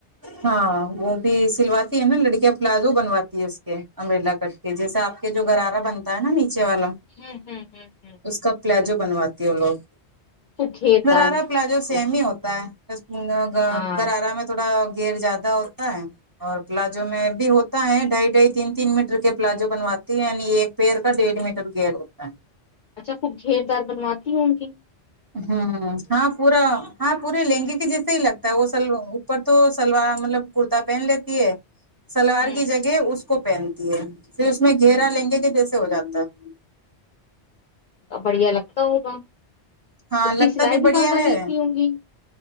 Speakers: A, on the right (about 20°); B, on the left (about 55°).
A: ہاں وہ بھی سلواتی ہے نا لڑکیاں پلازو بنواتی ہے اس کے امبریلا کٹ کہ جیسے آپ کے جو گرارا بنتا ہے نا نیچے والا
B: ہوں ہوں ہوں ہوں
A: اس کا پلاجو بنواتی ہے لوگ
B: خوب گھیردار
A: گرارا پلازو سیم
B: جیسے
A: ہی ہوتا ہے
B: ہاں
A: گرارا میں تھوڑا گھیر زیادہ ہوتا ہے اور پلازو میں بھی ہوتا ہے ڈھائی ڈھائی تین تین میٹر کے پلازو بنواتی ہے یعنی ایک پیر کا ڈیڑھ میٹر گیئر ہوتا ہے
B: اچھا خوب گھیردار بنواتی ہوں ان کی
A: ہوں ہاں پورا ہاں پورے لہنگے کے جیسے ہی لگتا ہے وہ سلو اوپر تو سلوار مطلب کرتا پہن لیتی ہے سلوار
B: ہوں
A: کی جگہ اس کو پہنتی ہے پھر اس میں گھیرا لہنگے کہ جیسے ہو جاتا ہے
B: ہ بڑھیا لگتا ہوگا
A: ہاں
B: اس
A: لگتا
B: کی سلائی بھی
A: بڑھیا
B: زیادہ
A: ہے
B: لیتی ہوں گی